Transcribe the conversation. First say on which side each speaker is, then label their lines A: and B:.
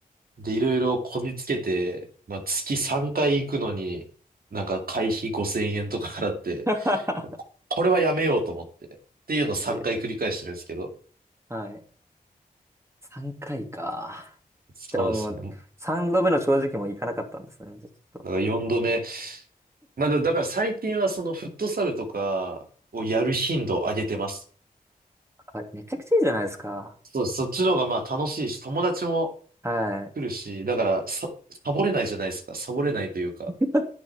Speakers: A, on the right; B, on the right.
A: で、いろいろこじつけて、まあ、月3回行くのに、なんか会費5000円とか払って、
B: <laughs>
A: ここれはやめようと思って。っていうのを3回繰り返してるんですけど。
B: えーはい。3回かいか。
A: そうですね。
B: じゃあもう、3度目の正直もいかなかったんですね。じゃあちょっと。
A: だから4度目。まあ、でもだから最近はそのフットサルとかをやる頻度を上げてます。
B: あ、<laughs> めちゃくちゃいいじゃないですか。
A: そう、そっちの方がまあ楽しいし、友達も
B: はい。
A: 来るし、だからサ、サボれないじゃないですか。サボれないというか。
B: <laughs> ま